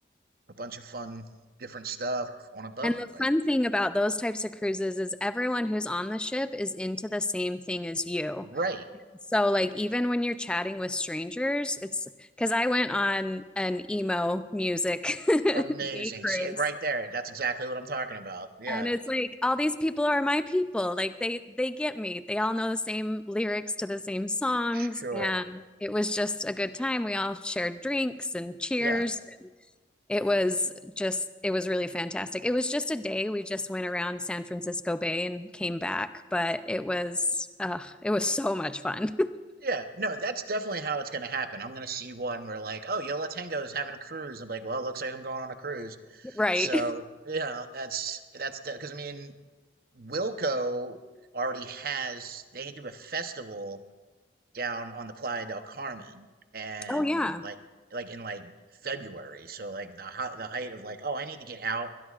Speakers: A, on the right; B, in the centre.
A: a bunch of fun, different stuff on a boat.
B: And the
A: Like,
B: fun thing about those types of cruises is everyone who's on the ship is into the same thing as you.
A: right.
B: So, like, even when you're chatting with strangers, it's because I went on an emo music <laughs>
A: Amazing.
B: day cruise.
A: See it right there. That's exactly what I'm talking about. Yeah.
B: And it's like all these people are my people. Like they they get me. They all know the same lyrics to the same songs
A: Sure.
B: and it was just a good time. We all shared drinks and cheers
A: Yeah.
B: it was just it was really fantastic it was just a day we just went around san francisco bay and came back but it was uh, it was so much fun
A: Yeah. No, that's definitely how it's going to happen. I'm going to see one where, like, oh, Yola Tango is having a cruise. I'm like, well, looks like I'm going on a cruise.
B: <laughs> right
A: So, yeah, that's, that's, because I mean, Wilco already has, they do a festival down on the Playa del Carmen and
B: oh yeah
A: like like in like February. So like the high, the height of like, oh, I need to get out